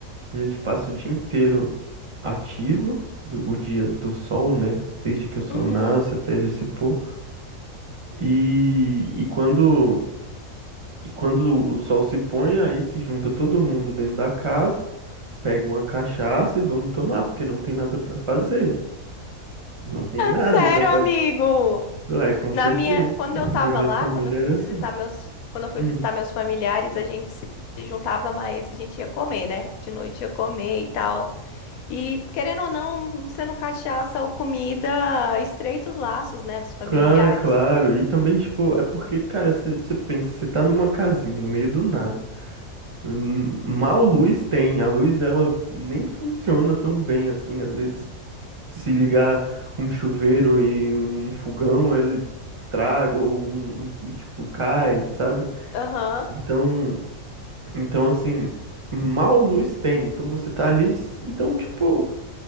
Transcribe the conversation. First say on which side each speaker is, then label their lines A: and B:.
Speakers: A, on the right; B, on the left.
A: A gente passa o dia inteiro ativo, do- o dia do sol, né? Desde que o sol
B: uhum.
A: nasce até ele se pôr. E, e quando, e quando o sol se põe, aí se junta todo mundo dentro da casa, pega uma cachaça e vamos tomar, porque não tem nada pra fazer. Não tem nada
B: Sério,
A: pra fazer.
B: amigo.
A: Ué, com
B: Na
A: certeza.
B: minha, quando
A: Na
B: eu tava
A: minha
B: lá,
A: família
B: quando eu fui
A: era
B: visitar
A: assim.
B: meus, quando eu fui
A: Hum.
B: visitar meus familiares, a gente se juntava mais, e a gente ia comer, né? De noite ia comer e tal. E, querendo ou não, sendo cachaça ou comida, estreita os laços, né, dos familiares.
A: Ah, claro. E também, tipo, é porque, cara, você pensa, você tá numa casinha no meio do nada. Hum, Mal luz tem. A luz ela nem funciona tão bem assim. Às vezes, se ligar um chuveiro e um fogão, ele estraga ou um, um- tipo cai, sabe?
B: Aham,
A: Então, então assim, mal luz tem. Então você tá ali, então tipo,